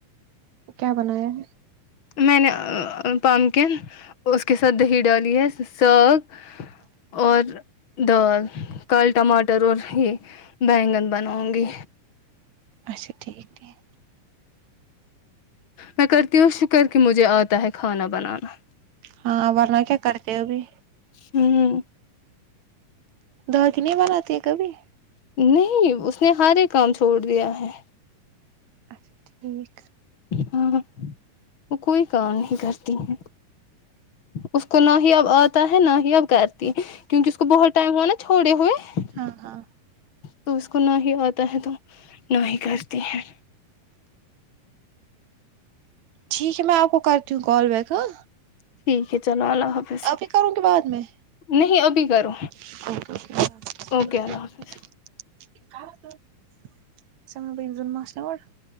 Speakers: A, on the right; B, on the left.
A: کیا بنایا ہے
B: میں نے پمکن اس کے ساتھ دہی ڈالی ہے ساگ اور دال کال ٹماٹر اور یہ بیگن بناؤں گی
A: اچھا ٹھیک ٹھیک
B: میں کرتی ہوں شکر کہ مجھے آتا ہے کھانا بنانا
A: ہاں ورنہ کیا کرتے ہو ابھی
B: ہوں
A: دڑ کی نہیں بناتی ہے کبھی
B: نہیں اس نے ہارے کام چھوڑ دیا ہے
A: اچھا ٹھیک
B: ہاں وہ کوئی کام نہیں کرتی ہیں اس کو نہ ہی اب آتا ہے نہ ہی اب کرتی کیونکہ اس کو بہت ٹائم ہوا نا چھوڑے ہوئے
A: ہاں ہاں
B: تو اس کو نہ ہی آتا ہے تو نہ ہی کرتی ہیں
A: ٹھیک ہے میں آپ کو کرتی ہوں کال بیک ہاں
B: ٹھیک ہے چلو اللہ حافظ
A: ابھی کروں گی بعد میں
B: نہیں ابھی کرو
A: اوکے
B: اوکے اللہ حافظ
A: آکے <unintelligible>